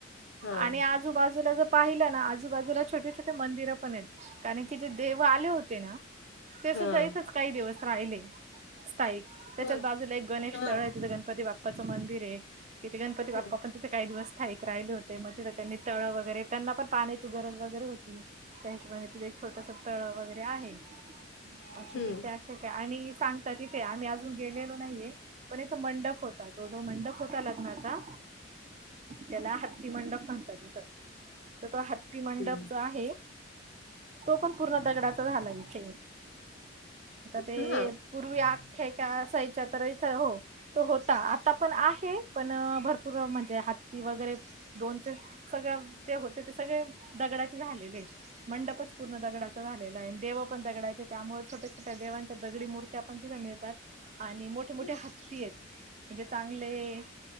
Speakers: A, on the left; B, on the right.
A: हां,
B: आणि आजू आजूबाजूला ज पाहिलं ना आजूबाजूला छोटे छोटे मंदिर पण आहेत. कारण की जे देव आले होते ना ते सुद्धा
A: हां.
B: इथच काही दिवस राहिले. स्थायिक त्याच्याच
A: हं,
B: बाजूला एक गणेश
A: हां,
B: स्थळ आहे, तिथे गणपती बाप्पाचं मंदिर आहे. तीत गणपती बाप्पा
A: हं.
B: पण तित काही दिवस थाईक राहिले होते, मग तिथे त्यांनी तळं वगैरे त्यांना पण पाण्याची गरज वगैरे होती. त्या हिशोबाने तीथे एक छोटंसं तळ वगैरे आहे. अशी
A: हं,
B: तिथे आख्या आहे आणि सांगता तिथे आम्ही अजून गेलेलो नाहीये. पण इथ मंडप होता तो जो, मंडप होता लग्नाचा. त्याला हत्ती मंडप म्हणतात, इथं तर तो हत्ती. ती मंडप
A: हं.
B: जो आहे तो पण, पूर्ण दगडाचा झाला आहे इथे. आता ते
A: हं. हां.
B: पूर्वी आख्या का, असायच्या तर इथ हो तो होत आता पण आहे पण भरपूर म्हणजे हत्ती वगैरे. दोनचे सगळ जे होते ते, सगळे दगडाचे झालेलेत. मंडपच पूर्ण दगडाचचा झालेला आहे देव पण दगडायचे त्यामुळे छोट्या छोट्या देवांच्या दगडी मूर्ती त्या पण तिथ मिळतात आणि मोठे मोठे
A: हं.
B: हत्ती आहेत, म्हणजे चांगले.